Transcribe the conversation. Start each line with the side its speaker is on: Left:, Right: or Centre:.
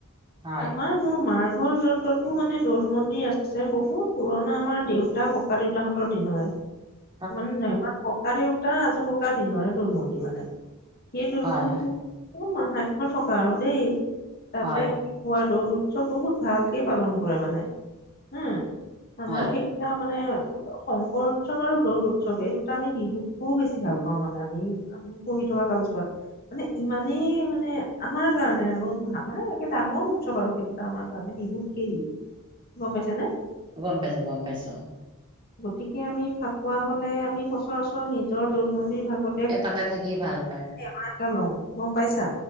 Right: হয়
Left: আমাৰ মোৰ মাৰ ঘৰ য'ত তাতো মানে দৌল মন্দিৰ আছে বহুত পুৰণা আমাৰ দেউতা ককা দেউতাহঁতৰ দিনৰে।
Right: <inaudible>
Left: মানেমাৰ ককা দেউতা আজো ককা দিনৰ দৌলমন্দিৰ মানে। সেই দলমন্দিৰ
Right: হয় হয়
Left: <unintelligible> মাহাত্ম্য থকা আৰু দেই। তাতে
Right: হয়
Left: খোৱা দৌল উৎসৱ বহুত ভালকে পালন কৰে মানে হম আমাৰ
Right: হয়
Left: সেই এয়া মানে শংকৰ উৎসৱ আৰু দৌদ উৎসৱ এই দুটা আমি বিহুতকো বেছি ভাল পাওঁ মানে আমি পঢ়ি থকা কালচোৱাত। মানে ইমানেই মানে আমাৰ কাৰণে আৰু মানে একে ডাঙৰ উৎসৱ আৰু সেইটোটা আমাৰ কাৰণে বিহুত কি গম পাইছা নে?
Right: গম পাইছোঁ, গম পাইছোঁ অ'।
Left: গতিকে আমি ফাকুৱা হলে আমি সচৰাচৰ নিজৰ দৌল মন্দিৰ ভাগত
Right: এ তাতে থাকি ভাল পায়।
Left: <inaudible> এটা লওঁ গম পাইছা?